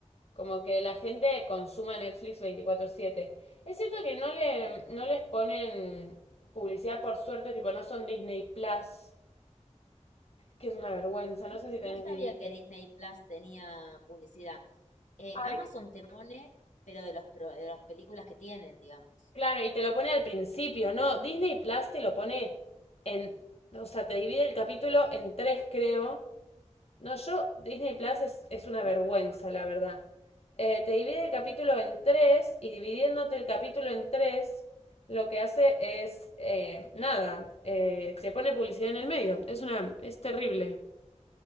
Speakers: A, on the left (about 55°); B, on the left (about 80°).
A: como que la gente consuma Netflix veinticuatro siete. Es cierto que no le, no les ponen publicidad por suerte, tipo, no son Disney Plus, que es una vergüenza, no sé si tenés
B: No no sabía
A: Disney Plus.
B: que Disney Plus tenía publicidad. Eh,
A: Ay,
B: Amazon te pone, pero de los pro- de las películas que tienen, digamos.
A: Claro, y te lo pone al principio, ¿no? Disney Plus te lo pone en, o sea, te divide el capítulo en tres, creo. No, yo, Disney Plus es, es una vergüenza, la verdad. Eh, te divide el capítulo en tres y dividiéndote el capítulo en tres, lo que hace es, eh, nada, eh, te pone publicidad en el medio. Es una, es terrible.